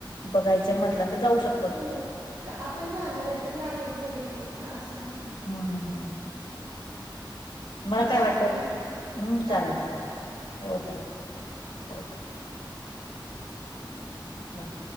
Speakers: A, on the left; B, on the right.
A: बघायचं म्हटलं, तर जाऊ शक
B: हो. आपण जाणारय. जर लागलंच बघून यायचं, ना. असं म्हणून.
A: हम्म, हम्म, ह. मला
B: चालतय
A: काय वाटलं?
B: मग
A: हम्म,
B: काय
A: चालेल-
B: म्हणालात?
A: चालेल. हो, चालेल. ओके. हम्.